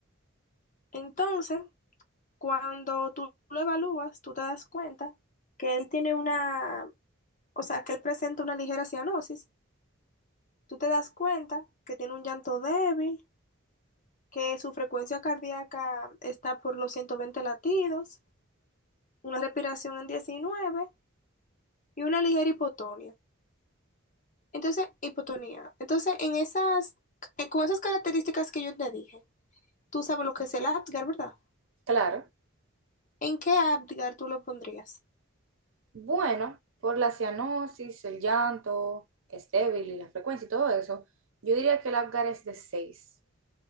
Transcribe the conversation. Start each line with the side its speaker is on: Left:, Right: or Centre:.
Left: Entonces, Cuando tú lo evalúas, tú te das cuenta que él tiene una, o sea, que él presenta una ligera cianosis. Tú te das cuenta que tiene un llanto débil, que su frecuencia cardíaca está por los 120 latidos, una respiración en 19 y una ligera hipotonía. Entonces, hipotonía. Entonces, en esas, eh, con esas características que yo te dije, tú sabes lo que es el Apgar, ¿verdad?
Right: claro.
Left: ¿En qué Apgar tú lo pondrías?
Right: Bueno, por la cianosis, el llanto, que es débil y la frecuencia y todo eso, yo diría que el Apgar es de seis.